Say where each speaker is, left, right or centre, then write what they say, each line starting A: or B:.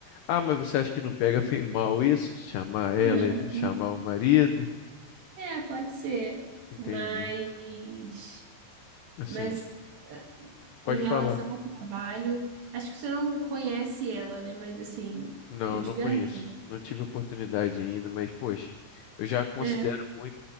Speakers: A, on the left; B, on the right.
A: Ah, mas você acha que não pega <laughs> meio mal isso? Chamar
B: <laughs>
A: ela e não chamar o marido?
B: É, pode ser.
A: Entendi.
B: Mas,
A: Assim,
B: mas
A: pode
B: em relação
A: falar.
B: ao trabalho, acho que você não conhece ela, né? Mas assim,
A: Não,
B: eu te
A: não
B: garanto.
A: conheço. Não tive oportunidade ainda, mas poxa, eu já considero
B: É,
A: muito.